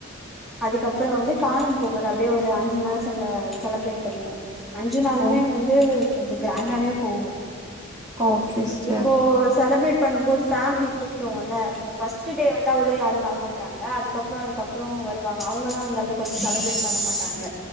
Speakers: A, in the centre; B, on the right.
A: அதுக்கப்புறோ வந்து காணும் பொங்கல் அப்டியே ஒரு அஞ்சு நாள் செல்ல செலப்ரேட் பண்ணுவோ. அஞ்சு நாளுமே
B: ஓ!
A: வந்து கொஞ்சோ கிராண்டாவே போகு.
B: Okay sister.
A: இப்போ செலப்ரேட் பண்ணும் போது ஃபேமிலி கூப்டுவோல்ல இந்த ஃபஸ்ட்டு டே வந்து அவ்ளோ யாரு வரமாட்டாங்க அதுக்கப்புறோ அதுக்கப்புறோ வருவ் வாங்க அவுங்கள்லா அந்தளவுக் வந்து செலப்ரேட் பண்ண மாட்டாங்க